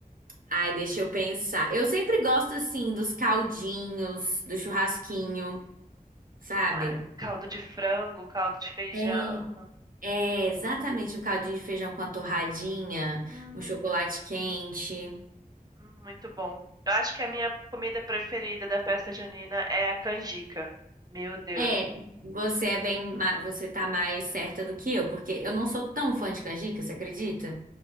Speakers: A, on the right; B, on the right.
A: Ai, deixa eu pensar. Eu sempre gosto assim dos caldinhos, do churrasquinho, sabe?
B: Ai, caldo de frango, caldo de feijão.
A: É, é exatamente um caldinho de feijão com a torradinha,
B: Hum.
A: um chocolate quente.
B: Hum, Muito bom. Eu acho que a minha comida preferida da festa junina é a canjica. Meu Deus.
A: É, você é bem, ma- você tá mais certa do que eu, porque eu não sou tão fã de canjica, você acredita?